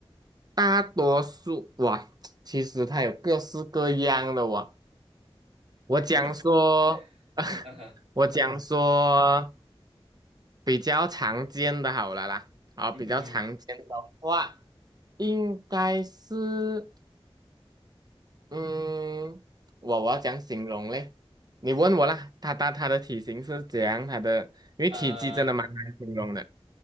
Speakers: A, on the right (about 40°); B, on the right (about 80°).
A: 大多数哇，<tsk> 其实它有各式各样的哇。我讲说，
B: <laughs>
A: <laughs>
B: 嗯哼，
A: 我讲说。比较常见的好了啦，啊，
B: 嗯嗯哼，
A: 比较常见的话，应该是，嗯，我我要讲形容嘞？你问我啦，它它它的体型是怎样？它的因为体积真的蛮难形容的，
B: 呃，